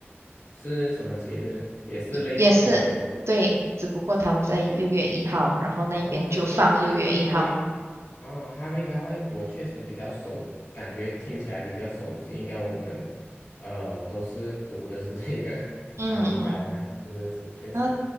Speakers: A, on the left; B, on the right.
A: 是什么节日？也是类似丰收节。
B: 也也是，对，只不过他们在六月一号，然后那边就放六月一号。
A: 哦，可是这一这一个 Hari 哦，Hari g a w a i 我确实比较熟，感觉听起来比较熟悉。应该我们呃都是读的是这个 <laughs>
B: 嗯嗯，
A: Hari g a w a i 是是是，确实
B: 然后